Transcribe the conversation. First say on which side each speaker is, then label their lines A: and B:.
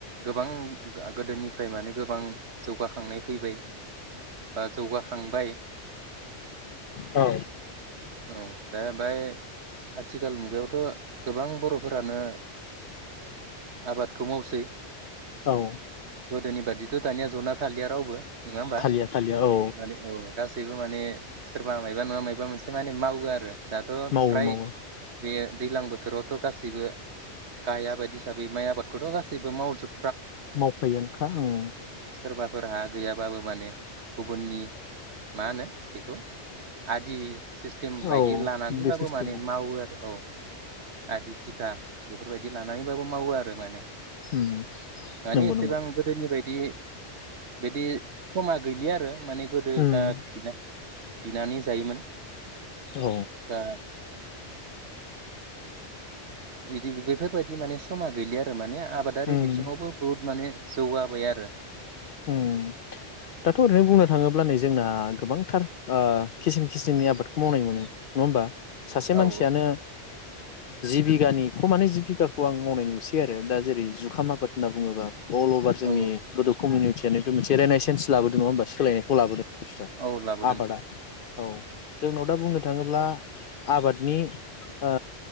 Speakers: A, on the right (about 70°); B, on the left (about 60°).
A: गोबां ओ गोदोनिफ्राय माने गोबां जौगाखांनाय फैबाय बा जौगाखांबाय
B: औ
A: औ। दा बाय आथिखाल मुगायावथ' गोबां बर'फोरानो आबाद खौ मावसै
B: औ
A: गोदोनि बादिथ' दानिया जना थालिया रावबो नङा होमबा
B: थालिया थालिया औ
A: नानै औ। गासैबो माने सोरबा मायबा नङा मबा मोनसे माने मावो आरो। दाथ'
B: मावो
A: फ्राय।
B: मावो
A: बे दैलां बोथोरावथ' गासैबो गाया बायदि हिसाबै माइ आबाद खोथ गासैबो मावजोब
B: मावफैगोनखा ओं
A: सोरबाफोरहा गैयाबाबो माने गुबुननि मा होनो बेखौ आदि सिस्टेम बायदि
B: औ
A: लानानैबाबो
B: बे सिस्टेम
A: माने मावो आरो औ आदि थिखा बेफोरबायदि लानानै मावो आरो माने मानि
B: उम नंगौ
A: एसेबां
B: नंगौ
A: गोदोनि बायदि बिदि समा गैलिया आरो माने गोदो
B: उम
A: जा बिना बिनानै जायोमोन।
B: औ
A: बा बिदि बेफोरबायदि माने समा गैलिया। मानि आ आबादारि
B: उम
A: बिथिङावबो बुहुत माने जौगाबाय आरो
B: उम दाथ ओरैनो बुंनो थाङोब्लानो नै जोंना गोबांथार किसिम खिसिमनि आबादखौ मावनाय मोनो नङा होमबा सासे
A: औ
B: मानसियानो जि बिगानि खमानो जिब बिगाखौ आं मावनाय नुसै आरो दा जेरै जुखाम आबाद होननानै बुङोब्ला अल अभार जोंनि
A: औ
B: उटिया बे मोनसे रेनेस सेन्स लाबोदों नङा होनबा सोलायनायखौ लाबोदों।
A: औ लाबोदों
B: आबादा औ जोंनाव दा बुंनो थाङोब्ला आबादनि आ